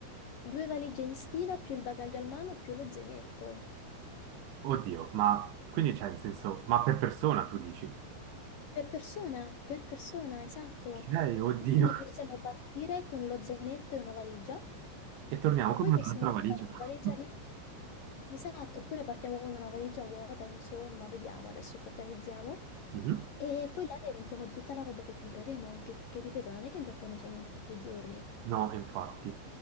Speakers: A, on the left; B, on the right.
A: Due valigie in stiva più il bagaglio al mano più lo zainetto.
B: Oddio, ma quindi c'è in senso, ma per persona tu dici?
A: Per persona, per persona, esatto.
B: Ok, oddio.
A: Quindi possiamo partire con lo zainetto e una valigia
B: E torniamo
A: e
B: con
A: poi
B: un'altra
A: possiamo
B: valigia.
A: comprare una valigia
B: <laughs>
A: lì. Esatto, oppure partiamo con una valigia vuota, insomma, vediamo, adesso ci organizziamo.
B: Mhm.
A: E poi l'aria riempiamo di tutta la roba che compreremo, anche perché, ripeto, non è che in Giappone ci andiamo tutti i giorni.
B: No, infatti.